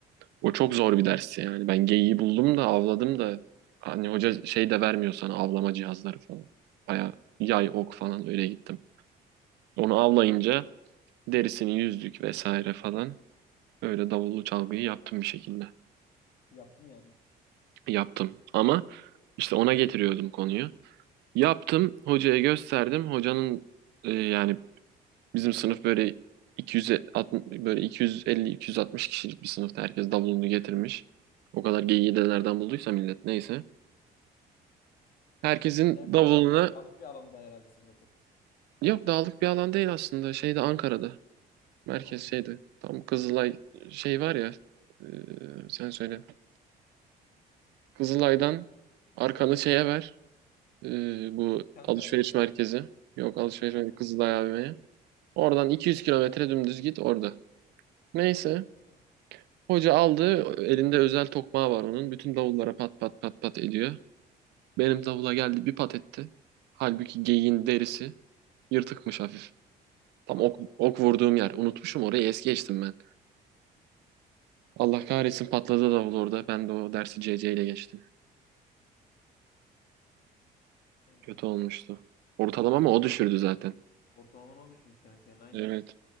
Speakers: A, on the right; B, on the left.
A: O çok zor bir dersti yani. Ben geyiği buldum da avladım da hani hoca şey de vermiyor sana avlama cihazları falan. Baya yay ok falan öyle gittim. Onu avlayınca
B: Kanka
A: derisini yüzdük vesaire falan. Öyle davullu çalgıyı yaptım bir şekilde.
B: <laughs> yaptın yani.
A: Yaptım ama işte ona getiriyordum konuyu. Yaptım hocaya gösterdim. Hocanın e, yani Bizim sınıf böyle 260 böyle 250-260 kişilik bir sınıfta herkes davulunu getirmiş. O kadar geyiği de nereden bulduysa millet neyse. Herkesin
B: Hele- Ner
A: davuluna
B: dağlık bir dağlık bir alanda herhalde sizin okul.
A: yok dağlık bir alan değil aslında. Şeyde Ankara'da. Merkez
B: Allah
A: şeydi.
B: Allah.
A: Tam Kızılay şey var ya. e, sen söyle. Kızılay'dan arkanı şeye ver. e, bu
B: Çankaya'ya
A: alışveriş
B: mı?
A: merkezi. Yok alışveriş
B: Ha.
A: merkezi Kızılay AVM'ye. Oradan 200 kilometre dümdüz git orada. Neyse.
B: İyi mi?
A: Hoca aldı. Elinde özel tokmağı var onun. Bütün davullara pat pat pat pat ediyor. Benim davula geldi bir pat etti. Halbuki geyiğin derisi yırtıkmış hafif. Tam
B: Bak
A: ok,
B: ya.
A: ok vurduğum yer. Unutmuşum orayı es geçtim ben. Allah kahretsin patladı davul orada. Ben de o dersi C C ile geçtim.
B: Kanka.
A: Kötü olmuştu. Ortalamamı
B: Kötü olmuş. Harbiden
A: o düşürdü
B: kötü
A: zaten.
B: olmuş. Ortalamanı o düşürmüş demek senin aynen.
A: Evet.